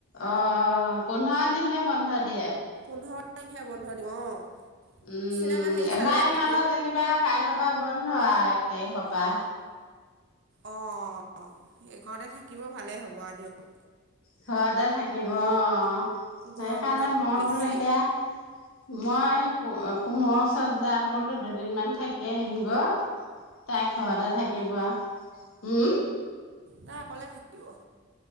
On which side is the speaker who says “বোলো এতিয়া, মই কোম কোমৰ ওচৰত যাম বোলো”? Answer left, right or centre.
Left